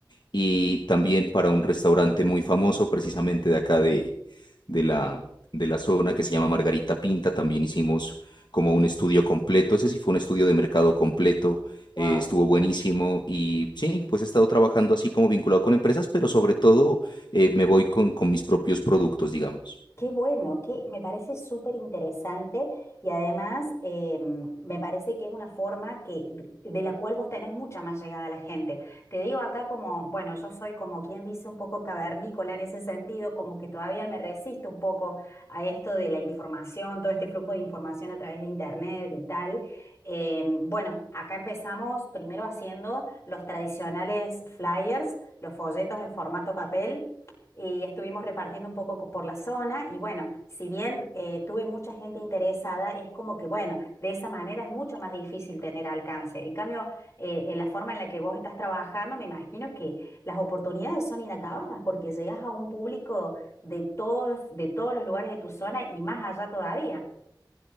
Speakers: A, on the left (about 65°); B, on the left (about 35°).
A: y también para un restaurante muy famoso, precisamente de acá de, de la, de la zona que se llama Margarita Pinta. También hicimos como un estudio completo. Ese sí fue un estudio de mercado completo.
B: Wow.
A: eh, estuvo buenísimo y sí, pues he estado trabajando así como vinculado con empresas, pero sobre todo eh, me voy con, con mis propios productos, digamos.
B: Qué bueno, que me parece súper interesante y además eh, me parece que es una forma que, de de la cual vos tenés mucha más llegada a la gente. Te digo acá como, bueno, yo soy como quien dice un poco cavernícola en ese sentido, como que todavía me resisto un poco a esto de la información, todo este flujo de información a través de internet y tal. Eh, bueno, acá empezamos primero haciendo los tradicionales flyers, los folletos en formato papel y estuvimos repartiendo un poco co- por la zona y bueno, si bien eh, tuve mucha gente interesada, es como que bueno, de esa manera es mucho más difícil tener alcance. En cambio, eh, en la forma en la que vos estás trabajando, me imagino que las oportunidades son inacabadas porque llegas a un público de todos, de todos los lugares de tu zona y más allá todavía.